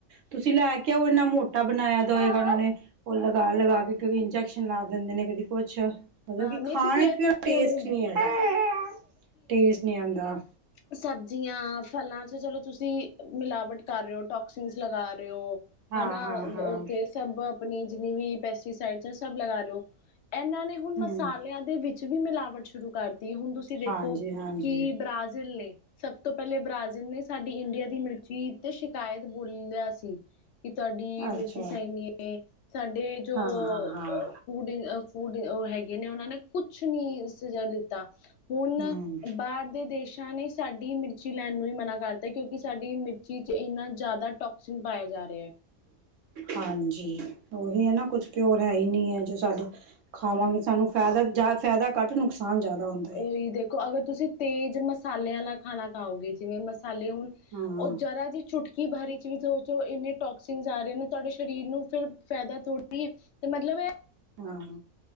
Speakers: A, on the right; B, on the left.
A: ਤੁਸੀਂ ਲੈ ਕੇ ਆਓ ਇੰਨਾ ਮੋਟਾ ਬਣਾਇਆ ਦਾ ਹੋਏਗਾ ਉਹਨਾਂ ਨੇ ਉਹ ਲਗਾ -ਲਗਾ ਕੇ ਕਬੀ ਇੰਨਜੈਕਸ਼ਨ ਲਾ ਦਿੰਦੇਂ ਨੇ ਕਦੀ ਕੁੱਛ। ਮਤਲਬ
B: ਹਾਂ
A: ਕੀ
B: ਨਹੀਂ
A: ਖਾਣ
B: ਤੁਸੀਂ
A: ਵਿਚ
B: ਇਹ ਸਭ
A: ਵੀ ਓ
B: ਛੋੜੋ
A: ਟੇਸਟ ਨੀ ਹੈਗਾ। ਟੇਸਟ ਨੀ ਆਂਦਾ।
B: ਸਬਜ਼ੀਆ, ਫਲਾਂ ਚ ਚਲੋ ਤੁਸੀਂ ਮਿਲਾਵਟ ਕਰ ਰਹੇ ਓ ਟੋਕਸੀਨਸ ਲਗਾ ਰਹੇ ਓ
A: ਹਾਂ-ਹਾਂ-ਹਾਂ
B: ਹਨਾ ਉੱਥੇ ਸ ਸਭ ਆਪਣੀ ਜਿੰਨੀ ਵੀ ਪੈਸਟੀਸਾਈਡ ਸਭ ਲਗਾ ਦਿਓ, ਇਹਨਾਂ ਨੇ ਹੁਣ ਮਸਾਲਿਆਂ
A: ਹੂੰ
B: ਦੇ ਵਿੱਚ ਵੀ ਮਿਲਾਵਟ ਸ਼ੁਰੂ ਕਰਤੀ, ਹੁਣ ਤੁਸੀਂ ਦੇਖੋ
A: ਹਾਂਜੀ-ਹਾਂਜੀ
B: ਕਿ ਬ੍ਰਾਜ਼ੀਲ ਨੇ ਸਭ ਤੋਂ ਪਹਿਲੇ ਬ੍ਰਾਜ਼ਿਲ ਨੇ ਸਾਡੀ ਇੰਡੀਆ ਦੀ ਮਿਰਚੀ ਤੇ ਸ਼ਿਕਾਇਤ ਬੋਲਿ ਆ ਸੀ। ਕਿ ਤੁਹਾਡੀ ਮਿਰਚੀ
A: ਅੱਛਾ
B: ਸਹੀ ਨੀ ਏਂ, ਸਾਡੇ ਜੋ
A: ਹਾਂ ਹਾਂ ਹਾਂ
B: ਫੂਡ ਇਨ ਫੂਡ ਓ ਹੈਗੇ ਨੇ ਉਹਨਾਂ ਨੇ ਕੁੱਛ ਨੀ ਸਜ਼ਾ ਦਿੱਤਾ। ਹੁਣ
A: ਹਮ
B: ਬਾਹਰ ਦੇ ਦੇਸ਼ਾਂ ਨੇ ਸਾਡੀ ਮਿਰਚੀ ਲੈਣ ਨੂੰ ਵੀ ਮਨਾ ਕਰਤਾ ਕਿਉਂਕਿ ਸਾਡੀ ਮਿਰਚੀ ਚ ਇੰਨਾ ਜ਼ਿਆਦਾ ਟੋਕਸੀਨ ਪਾਇਆ ਜਾ ਰਿਹਾ ਐ।
A: ਹਾਂਜੀ, ਓਹੀ ਐ ਨਾ ਕੁੱਝ ਪਿਓਰ ਹੈ ਈ ਨੀ ਐ ਜੀ ਸਾਡੇ ਖਾਵਾਂਗੇ
B: ਹੂੰ।
A: ਸਾਨੂੰ ਫਾਇਦਾ ਜ਼ਦਾ ਫਾਇਦਾ ਘੱਟ ਨੁਕਸਾਨ ਜ਼ਿਆਦਾ ਹੁੰਦਾ ਏ।
B: ਓਹੀ ਦੇਖੋ ਅਗਰ ਤੁਸੀਂ ਤੇਜ਼ ਮਸਾਲਿਆਂ ਆਲਾ ਖਾਣਾ ਖਾਓਗੇ ਜਿਵੇਂ ਮਸਾ ਮਸਾਲੇ ਹੁਣ
A: ਹਮ
B: ਉਹ ਜਰਾ ਜੀ ਚੁਟਕ ਕੀ ਬਰੀ ਚੀਜ਼ ਉਹ ਚੋ ਇਨੇ ਟੋਕਸੀਨ ਆ ਰਹੇਂ ਨੇ, ਤੁਹਾਡੇ ਸ਼ਰੀਰ ਨੂੰ ਫੇਰ ਫਾਇਦਾ ਥੋੜ੍ਹੀ ਏ ਤੇ ਮਤਲਬ ਐਹ
A: ਹਾਂ।